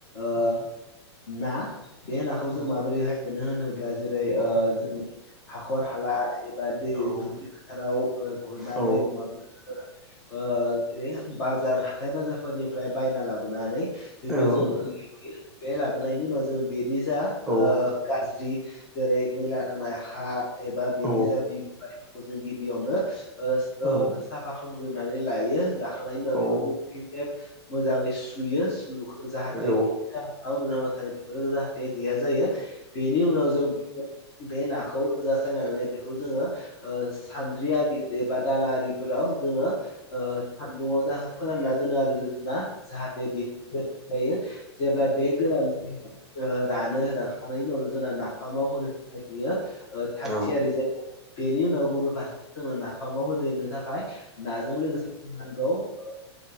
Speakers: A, on the left (about 40°); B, in the centre.
A: ओ
B: औ
A: ना बे नाखौ जों
B: औ
A: माबोरैहाय मोनो होनोब्ला जेरै
B: औ
A: ओ जों हाखर हाला एबा दै
B: औ
A: दुब्लि फोथाराव ओ गुरनानै
B: औ
A: नङाब्ला ओ जेरै बाजार हाथाय बाजारफोरनिफ्राय बायना लाबोनानै बेबो
B: नंगौ
A: जों
B: औ
A: लाबोयो बे लाबोनायनि उनाव जों बेनि जा
B: औ
A: ओ गाज्रि जेरै मैला नांनाय हा एबा बेनि
B: औ
A: जा <unintelligible> खौ जों गिबियावनो ओ
B: औ
A: ओ साफा खाम होग्रोनानै लायो लाखांनायनि उनाव
B: औ
A: बेखौ जों फिन खेब मोजाङै सुयो जाहाथे
B: औ
A: <unintelligible> थानाय बेफोरो जाहाथे गैया जायो बेनि उनाव जों बे नाखौ जा सायना लानानै बेखौ बेखौ जोङो सान्द्रि आरि एबा दाला आरिफोराव जोङो ओ सान्दुङाव जाहा फोरानना दोनो आरो ना जाहाथे <unintelligible> जेब्ला बे गोरान जायो रानो रान थानाय उनावनो जोंना नाफामाव होनो थाखाय बियो ओ थाग
B: औ
A: थियारि जायो बेनि उनाव गुबुन फारसे जोंनो नाफामाव होदेरनो थाखाय नाजों लोगोसे जोंनो नांगौ ओ